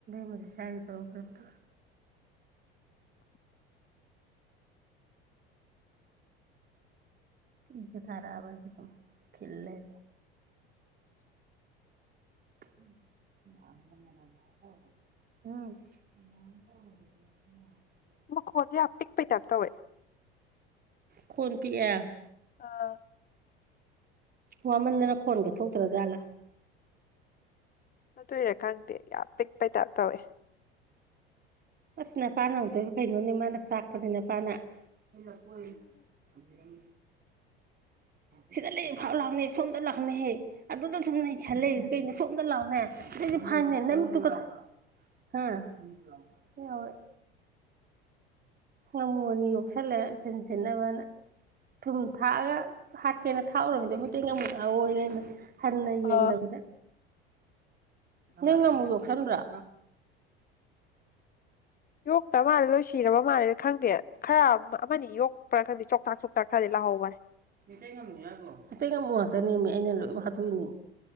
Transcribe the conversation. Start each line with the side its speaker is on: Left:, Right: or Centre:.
Right: ꯃꯔꯤ ꯁꯔꯤ ꯊꯈꯔ ꯏꯁꯦ ꯈꯔꯕꯗꯤ ꯁ ꯈꯜꯂꯦꯁꯦ ꯎꯝ <unintelligible>
Left: ꯃ ꯍꯧꯖꯤꯦ ꯍꯥ ꯄꯤꯛ ꯄꯤ ꯇ ꯀꯧꯋꯦ
Right: ꯈꯨꯨꯟ ꯄꯌꯥ
Left: ꯑꯥ
Right: ꯋꯥꯃꯟꯗꯅ ꯈꯣꯟꯒꯦ ꯊꯣꯛꯇ꯭ꯔꯖꯥꯠꯂꯥ
Left: ꯑꯗꯨꯏꯔ ꯈꯪꯗꯦ ꯌꯥꯝ ꯄꯤꯛꯄꯩꯇꯥꯞ ꯇꯧꯋꯦ
Right: ꯑꯁ ꯅꯄꯥꯅ ꯑꯃꯨꯗꯣꯏꯕ ꯀꯩꯅꯣꯅꯦ ꯃꯥꯅ ꯆꯥꯛꯄꯗꯤ ꯅꯄꯥꯅ ꯑꯩꯂꯥꯛ ꯀꯣꯏꯕꯤꯔꯝ ꯁꯤꯗ ꯂꯩ ꯐꯥꯎ ꯂꯥꯛꯅꯦ ꯁꯣꯝꯗ ꯂꯥꯛꯅꯦꯍꯦ ꯑꯗꯨꯗ ꯁꯨꯝ ꯂꯩꯁꯜꯂꯛꯏꯁꯦ ꯀꯩꯅꯣ ꯁꯣꯝꯗ ꯂꯥꯎꯅꯦ ꯑꯗꯨꯗꯤ ꯐꯥꯏꯅꯦ ꯅꯪꯃꯤꯠꯇꯨꯒ ꯍꯣꯏ ꯉꯝꯃꯣꯅꯤ ꯌꯣꯛꯁꯜꯂꯦ ꯁꯤꯟ ꯁꯤꯟꯅꯕꯅ ꯊꯨꯝ ꯊꯥꯛꯑꯒ ꯍꯥꯠꯀꯦꯅ ꯊꯥꯛꯎꯔꯃꯤꯗꯕꯨꯦꯡꯒ ꯑꯃꯨꯛꯀ ꯑꯣꯏꯔꯦꯅ ꯍꯅ ꯌꯦꯡꯗꯕꯗ
Left: ꯑꯥ
Right: ꯅꯪ ꯑꯃꯨꯛ ꯌꯣꯛꯁꯟꯕ꯭ꯔꯥ꯭ꯔ
Left: ꯌꯣꯛꯇ ꯃꯥꯜꯂꯦ ꯂꯣꯏꯁꯤꯔꯕ ꯃꯥꯜꯂꯦ ꯈꯪꯗꯦ ꯈꯔ ꯑꯃꯅꯤ ꯌꯣꯛꯄ꯭ꯔꯥ ꯈꯪꯗꯦ ꯆꯣꯛꯇꯥꯛ ꯆꯣꯛꯇꯥꯛ ꯈꯔꯗꯤ ꯂꯥꯛ ꯍ ꯋꯥ
Right: ꯩ ꯉꯃ ꯉꯥꯛꯇꯅꯦꯃꯤ ꯑꯩꯅ ꯂꯣꯏ ꯍꯥꯠꯇꯣꯛꯏꯅꯦ